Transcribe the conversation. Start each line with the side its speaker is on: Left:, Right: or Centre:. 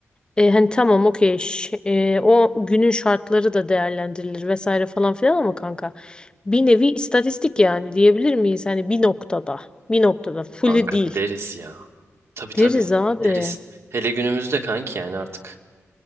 Left: e, hani tamam okey ş- e, o günün şartları da değerlendirilir vesaire falan filan ama kanka bir nevi istatistik yani diyebilir miyiz? Hani bir noktada bir noktada fully
Right: Kanka
Left: değil.
Right: deriz ya. Tabii tabii
Left: Deriz abi.
Right: deriz. Hele günümüzde kanki yani artık